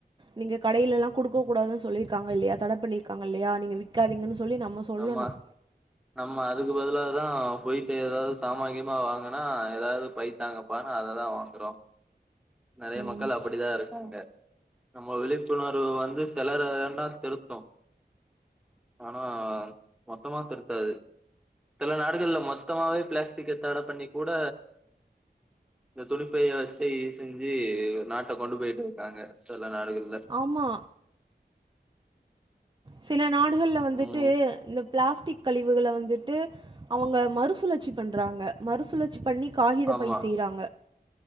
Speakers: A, on the right (about 25°); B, in the centre.
A: நீங்க கடையிலெல்லா குடுக்க கூடாதுன்னு சொல்லிருக்காங்க இல்லையா தட பண்ணிருக்காங்க இல்லையா நீங்க விக்காதிங்கன்னு சொல்லி நம்ம சொல்லணும்
B: நம்ம நம்ம அதுக்கு பதிலாதா போயிட்டு எதாவது சாமா கீமா வாங்க னா எதாவது பை தாங்கப்பானு அததா வாங்கறோ நெறைய
A: ஆமாம்
B: மக்கள் அப்படிதா இருக்காங்க நம்ம விழிப்புணர்வு வந்து செலர வேணா திருத்து ஆனா மொத்தமா திருத்தாது த நாடுகள்ல மொத்தமாவே பிளாஸ்டிக்க தட பண்ணி கூட இந்த துணிப்பைய வெச்சு செஞ்சு நாட்டை கொண்டு போயிட்டு இருக்காங்க சில நாடுகள்ல
A: ஆமா சில நாடுகள்ல வந்துட்டு
B: ம்
A: இந்த பிளாஸ்டிக் கழிவுகள வந்துட்டு அவங்க மறுசுழற்சி பண்றாங்க மறுசுழற்சி பண்ணி காகித
B: ஆமா
A: பை செய்றாங்க